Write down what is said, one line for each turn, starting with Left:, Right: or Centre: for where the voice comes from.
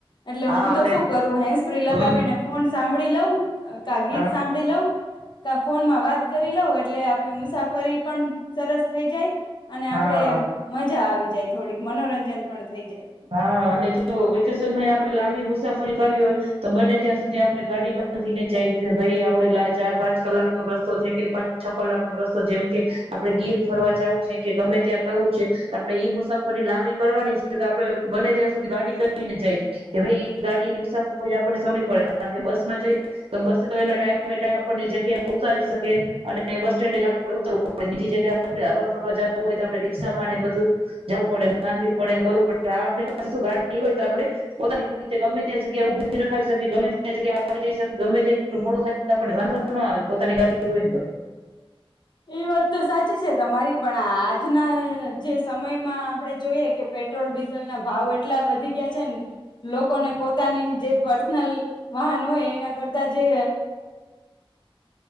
Left: એટલે
Right: હા
Left: હું
Right: અને
Left: તો શું કરું હેન્ડ સ્પ્રે લગાવી
Right: હમ
Left: ને ફોન સાંભળી લવુ કા ગીત
Right: હા
Left: સાંભળી લવ ફોનમાં વાત કરી લવ એટલે આપડી મુસાફરી પણ સરસ થઈ જાય. અને આપડે
Right: હા
Left: મજા આવી. જાય થોડીક મનોરંજન પણ થઈ જાય
Right: હા અને જો <unintelligible> આપ આપણે લાંબી મુસાફરી કરી હોય તો બંને ત્યાં સુધી આપણે ગાડી બાંધીને જાય ભઈ આપડે લા પાંચ કલાક નો રસ્તો છે કે પાંચ છ કલાક નો રસ્તો જેમ કે આપડે ગીર ફરવા જવું છે કે ગમે ત્યાં ફરવું છે તો આપડે ઈ મુસાફરી લાંબી કરવાની છે તો આપડે બને ત્યાં સુધી ગાડી કરીને જાય. કે ભઈ ગાડી આપણને <unintelligible> પડે કારણ કે બસ માં જઈએ તો બસ તો એ ટાઈમ ટાઈમ આપણને જગ્યા ઉતારી શકે અને બસ સ્ટેન્ડ જ આપણે ઉતરવું પડે બીજી જગ્યાએ આપડે હરવા ફરવા જવું હોય તો આપણે રિક્ષામાં ને બધું જવું પડે <unintelligible> પડે કરવું પડે. આપણી પાસે શું ગાડી હોય તો આપણે પોતાની રીતે ગમે ત્યાં જગ્યા ઉભી રખાવી શકી ગમે ત્યાં જગ્યા આવી જઈ શકી ગમે ત્યાં એટલું મોડું થાય તો આપણને વાંધોનો આવે પોતાની ગાડી હોય ને તો.
Left: ઈ વાત તો સાચી છે તમારી પણ આજના જે સમયમાં આપડે જોઈએ કે પેટ્રોલ ડીઝલના ભાવ એટલા વધી ગયા છે ને લોકોને પોતાની જે પર્સનલ વાહન હોય એના કરતા જે